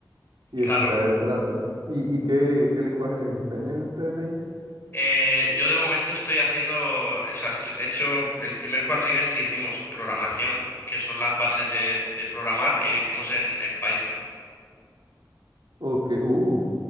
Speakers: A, on the right (about 80°); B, on the left (about 30°).
A: y, y extraer
B: Claro.
A: datos. ¿Y, y qué, qué lenguaje les enseñan a ustedes ahí?
B: Eh, yo de momento estoy haciendo, o sea, esto- he hecho el primer cuatrimestre hicimos programación, que son las bases de, de programar, y le hicimos en, en Python.
A: O que, uh,